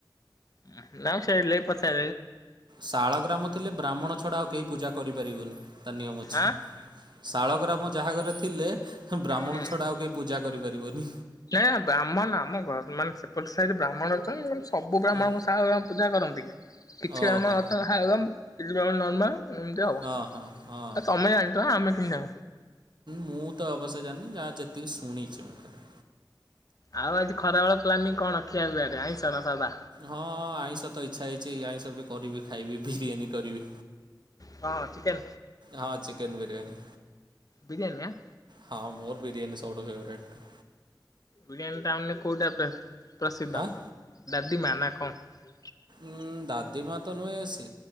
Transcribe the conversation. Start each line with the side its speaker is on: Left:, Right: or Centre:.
Left: ହଁ ଲାମଶ ଲାଇଇ ପଚ
Right: ଶାଳ ଗ୍ରାମ ଥିଲେ ବ୍ରାହ୍ମଣ ଛଡା ଆଉ କେହି ପୂଜା କରିପାରିବୁନି ତା ନିୟମ ଅଛି।
Left: ଆଁ
Right: ଶାଳ ଗ୍ରାମ ଯାହାଘରେ ଥିଲେ ବ୍ରାହ୍ମଣ
Left: ହୁଁ
Right: ଛଡ଼ା ଆଉ କେହି ପୂଜା କରିପାରିବନି।
Left: ନାଇ ବାମ ନାମ ଘର ମାନେ ସେ ଗୋଟେ ସାଇଡ଼ ବ୍ରାହ୍ମଣ ଅଛନ୍ତି ମୁଁ କହିଲି ସେ ସବୁ ବ୍ରାହ୍ମଣ
Right: ହଁ
Left: କଣ ଶାଳଗ୍ରାମ ପୂଜା କରନ୍ତି କଣ? କିଛି
Right: ଓହୋ
Left: ଆମ ଆ ତ ଭାଗମ୍ ଇଲୁ ବାବା ନର୍ମା ଏମିତି ହଉ
Right: ହଁ ହଁ ହଁ
Left: ଆ ତମେ ଜାଣିଥିବ ଆମେ କିନା
Right: ମୁଁ ତ ଅବଶ୍ୟ ଜାଣିନି ଯାହା ଯେତିକି ଶୁଣିଛି ମୁଁ ଖାଲି
Left: ଆଉ ଆଜି ଖରା ବେଳ ପ୍ଲାନିଂ କଣ ଖିଆପିଆରେ ଆଇଁଷ ନା ସାଧା
Right: ହଁ ଆଇଁଷ ତ ଇଚ୍ଛା ହେଇଛି ଆଇଁଷ ବି କରିବି ଖାଇବି ବିରିୟାନୀ କରିବି
Left: କଣ ଚିକେନ?
Right: ହଁ ଚି କେନ ବିରିୟାନୀ।
Left: ବିରିୟାନି ଆଁ
Right: ହଁ ମୋର ବିରିୟାନୀ ସବୁଠୁ ଫେବରେଟ୍।
Left: ବରିୟାନୀ ଟାଉନରେ କଉଟା ପ୍ରସ ପ୍ରସିଦ୍ଧ
Right: ଆଁ
Left: ଦା ଡିମା ନା କଣ?
Right: ଉଁ ଦାଦି ମା ତ ନୁହେଁ ସେ